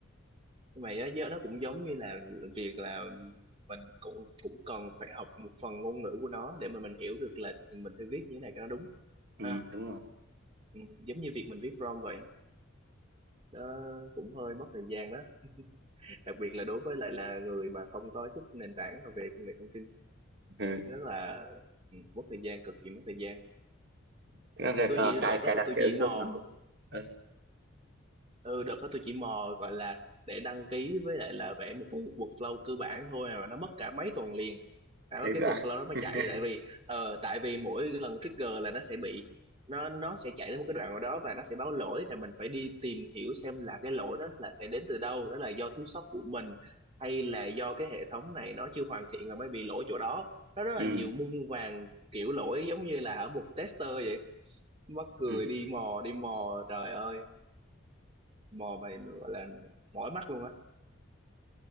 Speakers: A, on the right (about 30°); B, on the right (about 55°).
A: nhưng mà nó nó cũng giống như là việc là mình cũng cũng cần phải học một phần ngôn ngữ của nó để mà mình hiểu được là mình phải viết như thế này cho nó đúng
B: ừ,
A: ha
B: đúng
A: Ừ, giống như việc mình viết prompt vậy đó cũng hơi mất thời gian đó đặc biệt là đối với lại là người mà không có chút nền tảng nào về công nghệ thông tin
B: rồi
A: rất là ừ, mất thời gian cực kỳ mất thời gian
B: cái việc
A: tôi
B: ờ,
A: chỉ
B: cài
A: đợt
B: cài
A: đó
B: đặt
A: là tôi
B: cái
A: chỉ
B: ứng
A: mò
B: dụng là cũng ừ,
A: ừ đợt đó tôi chỉ mò gọi là để đăng ký với lại là vẽ một cái workflow cơ bản thôi à, mà nó mất cả mấy tuần liền cả
B: thế
A: cái
B: ra
A: workflow nó mới
B: <laughs>
A: chạy tại vì ờ tại vì mỗi cái lần trigger là nó sẽ bị nó nó sẽ chạy đến một cái đoạn nào đó và nó sẽ báo lỗi thì mình phải đi tìm hiểu xem là cái lỗi đó là sẽ đến từ đâu đó là do thiếu sót của mình hay là do cái hệ thống này nó chưa hoàn thiện và mới bị lỗi chỗ đó nó rất
B: ừ,
A: là nhiều muôn vàn kiểu lỗi giống như là ở một tester vậy mắc cười
B: ừ,
A: đi mò đi mò trời ơi mò mày gọi là mỏi mắt luôn á